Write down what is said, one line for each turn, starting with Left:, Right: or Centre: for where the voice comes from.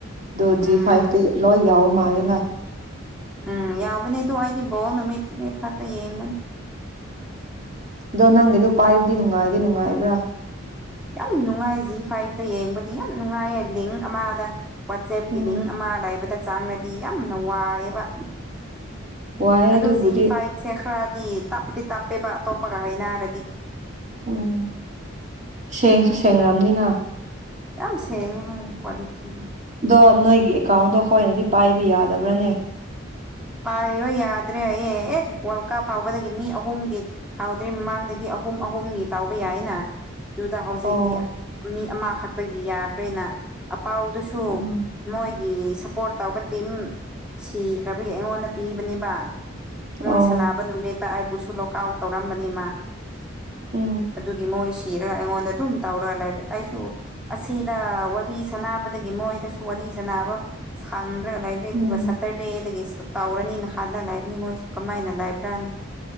Right: ꯗꯣ
Centre: ꯎꯝ
Right: ꯖꯤ ꯐꯥꯏꯚꯇꯤ ꯂꯣꯏ ꯌꯥꯎ ꯃꯥꯜꯂꯦꯅ
Centre: ꯎꯝ ꯌꯥꯎꯕꯅꯦ ꯑꯗꯨ ꯑꯩꯗꯤ ꯕꯣꯜ ꯅꯨꯃꯤꯠ ꯅꯨꯃꯤꯠ ꯈꯛꯇ ꯌꯦꯡꯕꯅꯤ
Right: ꯑꯗꯣ ꯅꯪꯒꯤꯗꯣ ꯄꯥꯏꯕꯗꯤ ꯅꯨꯡꯉꯥꯏꯗꯤ ꯅꯨꯡꯉꯥꯏꯕ꯭ꯔꯥ
Centre: ꯌꯥꯝ ꯅꯨꯡꯉꯥꯏ ꯖꯤ ꯐꯥꯏꯚꯇ ꯌꯦꯡꯕꯗꯤ ꯌꯥꯝ ꯅꯨꯡꯉꯥꯏꯌꯦ ꯂꯤꯡ ꯑꯃꯥꯗ ꯋꯥꯆꯦꯞꯀꯤ
Right: ꯎꯝ
Centre: ꯂꯤꯡ ꯑꯃ ꯂꯩꯥꯏꯕꯗ ꯆꯪꯔꯗꯤ ꯌꯥꯝꯅ ꯋꯥꯏꯑꯦꯕ
Right: ꯋꯥꯏꯑꯦ
Centre: ꯑꯗꯨ
Right: ꯑꯗꯨꯕꯨꯗꯤ
Centre: ꯖꯤ ꯐꯥꯏꯚꯁꯦ ꯈꯔꯗꯤ ꯇꯞꯇꯤ ꯇꯞꯄꯦꯕ ꯑꯇꯣꯞꯄꯒ ꯍꯥꯏꯅꯔꯗꯤ
Right: ꯎꯝ ꯁꯦꯡꯁꯨ ꯁꯦꯡꯔꯝꯅꯤꯅ
Centre: ꯌꯥꯝ ꯁꯦꯡꯉꯦ ꯍꯥꯏ ꯀ꯭ꯋꯥꯂꯤꯇꯤꯗꯤ
Right: ꯑꯗꯣ ꯅꯣꯏꯒꯤ ꯑꯦꯀꯥꯎꯟꯗꯣ ꯑꯩꯈꯣꯏꯅꯗꯤ ꯄꯥꯏꯕ ꯌꯥꯗꯕ꯭ꯔꯥꯅꯦ
Centre: ꯄꯥꯏꯔꯣ ꯌꯥꯗ꯭ꯔꯦ ꯍꯥꯏꯌꯦ ꯍꯦꯛ ꯋꯥꯜ ꯀꯥꯞ ꯍꯧꯕꯗꯒꯤ ꯃꯤ ꯑꯍꯨꯝꯒꯤ ꯍꯥꯎꯗ꯭ꯔꯤ ꯃꯃꯥꯡꯗꯒꯤ ꯑꯍꯨꯝ ꯑꯍꯨꯝꯒꯤ ꯇꯥꯎꯕ ꯌꯥꯏꯌꯦꯅ ꯑꯗꯨꯗ ꯍꯧꯖꯤꯛꯇꯤ
Right: ꯑꯣ
Centre: ꯃꯤ ꯑꯃꯈꯛꯇꯒꯤ ꯌꯥꯈ꯭ꯔꯦꯅ ꯑꯄꯥꯎꯗꯨꯁꯨ
Right: ꯎꯝ
Centre: ꯃꯣꯏꯒꯤ ꯁꯞꯄꯣꯔꯠ ꯇꯧꯕ ꯇꯤꯝ ꯁꯤꯈ꯭ꯔꯕ ꯑꯩꯒꯤ ꯑꯩꯉꯣꯟꯗ ꯄꯤꯕꯅꯦꯕ ꯃꯣꯏ
Right: ꯑꯣ
Centre: ꯁꯥꯟꯅꯕ ꯅꯨꯃꯤꯠ꫰꫰ ꯇ ꯑꯩꯕꯨꯁꯨ ꯂꯣꯛ ꯑꯥꯎꯠ ꯇꯧꯔꯝꯃꯥꯅꯤ ꯃꯥ
Right: ꯎꯝ
Centre: ꯑꯗꯨꯒꯤ ꯃꯣꯏ꯫ ꯀꯤꯔꯒ ꯑꯩꯉꯣꯟꯗ ꯑꯗꯨꯝ ꯇꯧꯔꯒ ꯂꯩꯔꯦ ꯑꯩꯁꯨ꯫ ꯑꯁꯤꯗ ꯋꯥꯔꯤ ꯁꯅꯕꯗꯒꯤ ꯃꯣꯏꯗꯁꯨ ꯋꯥꯔꯤ ꯁꯥꯅꯕ ꯁꯥꯡꯗ꯭ꯔꯒ ꯂꯩꯔꯦ꯫ ꯂꯦ
Right: ꯎꯝ
Centre: ꯑꯗꯨꯒ ꯁꯇꯔꯗꯦꯗꯒꯤꯁꯨ ꯇꯧꯔꯅꯤꯅ ꯍꯥꯜꯂ ꯂꯩꯕꯅꯤ ꯃꯣꯏꯁꯨ ꯀꯃꯥꯏꯅ ꯂꯩꯕ꯭ꯔꯥꯅ